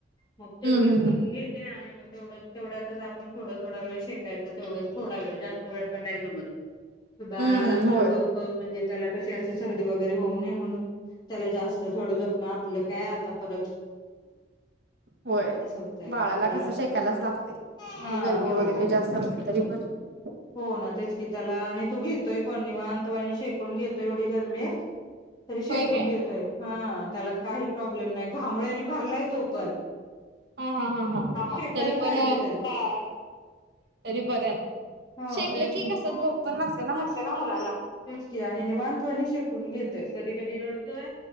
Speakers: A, on the left (about 25°); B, on the right (about 65°).
A: मग तेवढेच
B: हम्म हम्म
A: करून
B: हम्म
A: घेते आणि मग तेवढंच तेवढ्यातच आपण थोडा थोडा वेळ शेकायच तेवढंच. थोडा वेळ जास्त वेळ पण नाही जमत. बाळाला
B: हम्म हम्म
A: आपलं
B: होय
A: डोकं म्हणजे त्याला कशी अशी सर्दी वगैरे होऊ नये म्हणून त्याला जास्त थोडं जपण आपलं काय आता परत
B: होय
A: असं होतंय
B: बाळाला
A: आपल्याला
B: कस शेकायलाच लागतंय. ते
A: हा
B: गरमी
A: हो ना
B: वगैरे जास्त असली तरी <inaudible>
A: हो ना तेच की त्याला आणि तू घेतोय पण निवांत वाणी शेकून घेतोय. एवढी गर्मी तरी शेकून
B: होय काय
A: घेतोय. हं त्याला काही प्रॉब्लेम नाही घामोळ्यांनी भरलाय तो पण.
B: हा, हा, हा, हा
A: शेकायला
B: तरी
A: पाहिजे
B: पण
A: त्याला
B: तरी बर आहे.
A: हो
B: शेकलं
A: तेच
B: की
A: ना.
B: कसं झोप पण लागते
A: <unintelligible> ना मुलांना तेच की आणि निवांतवणी शेकून घेत य कधी कधी रडतोय